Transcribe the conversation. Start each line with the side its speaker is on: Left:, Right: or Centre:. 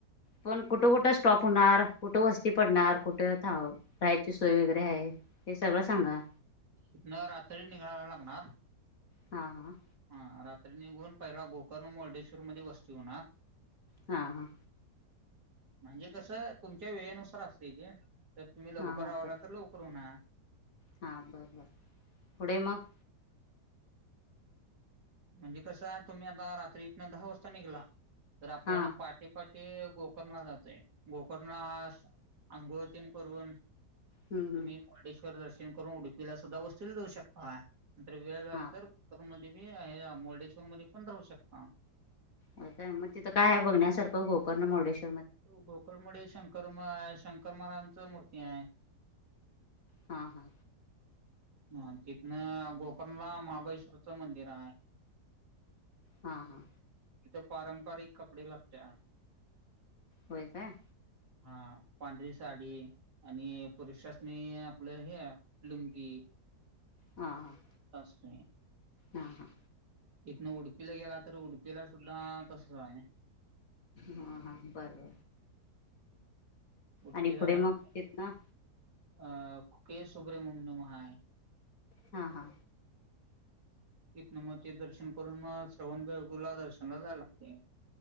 Left: पण कुठं कुठं स्टॉप होणार कुठं वस्ती पडणार कुठं राहायची सोय वगैरे आहे. ते सगळं सांगा.
Right: इथन रात्री निघायला लागणार.
Left: हा हा.
Right: हा रात्री निघून पहिला गोकर्ण मुर्डेश्वर मध्ये वस्ती होणार.
Left: हा हा.
Right: म्हणजे कसं तुमच्या वेळेनुसार असत ते जर तुम्ही लवकर
Left: हा हा हा
Right: आवला
Left: बर
Right: तर लवकर हो ना.
Left: हा बर बर पुढे मग
Right: म्हणजे कसं आहे तुम्ही आता रात्रीतन दहा वाजता निघला तर आपण
Left: हा
Right: पाटे ते गोकर्णला जातोय गोकर्णला अंगोळ तेन करून तुम्ही
Left: हम्म हम्म
Right: मुर्डेश्वर दर्शन करून उडुपीला सुद्धा वस्तीला जाऊ शकता. नंतर वेळ झाला
Left: हा
Right: तर मध्ये बी मुर्डेश्वर मध्ये पण राहू शकता.
Left: काय मग तिथं काय बघण्यासारखं गोकर्ण मुडेश्वर
Right: गोकण मध्ये शंकर म आहे शंकर महाराजच मूर्ती आहे.
Left: हा हा.
Right: ह तिथनं गोकर्णला महाबळेश्वरच मंदिर आहे
Left: हा हा
Right: तथ पारंपरिक कपडे लागते
Left: होय काय
Right: हा पांढरी साडी आणि पुरुषासनी आपलं हे लुंगी
Left: हा हा
Right: तय
Left: हा हा
Right: इथनं उडपीला गेला तर उडप ला सुद्धा तसच आहे.
Left: हा हा बरबर
Right: उडपी
Left: आणि
Right: झाल्यानंतर
Left: पुढे मग येत ना
Right: अ के सुब्रमण्य महाय
Left: हा हा
Right: तिथन मग ते दर्शन करून मग श्रवणबाेगूला दर्शनला जायला लागते